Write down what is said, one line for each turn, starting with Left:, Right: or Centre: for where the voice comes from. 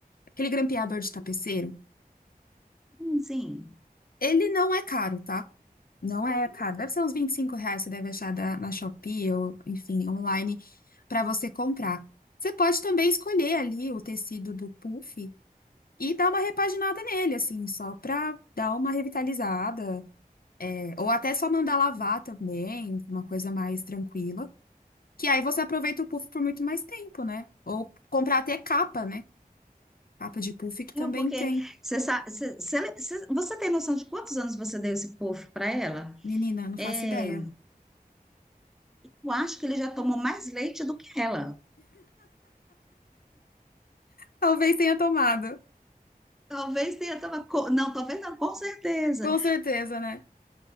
Left: Aquele grampeador de tapeceiro,
Centre: Sim, sim.
Left: ele não é caro, tá? Não é caro. Deve ser uns 25 reais, você deve achar da- na Shopee ou, enfim, online para você comprar. Você pode também escolher ali o tecido do puff e dar uma repaginada nele, assim, só para dar uma revitalizada. É, ou até só mandar lavar também, uma coisa mais tranquila. Que aí você aproveita o puff por muito mais tempo, né? Ou comprar até capa, né? Capa de puff que
Centre: Não,
Left: também
Centre: porque
Left: tem.
Centre: você, sa- você, você, você você tem noção de quantos anos você deu esse puff para ela?
Left: Menina, não
Centre: É,
Left: faço ideia.
Centre: eu acho que ele já tomou mais leite do que ela.
Left: Talvez tenha tomado.
Centre: Talvez tenha tomado. co- Não, talvez não, com certeza.
Left: Com certeza, né?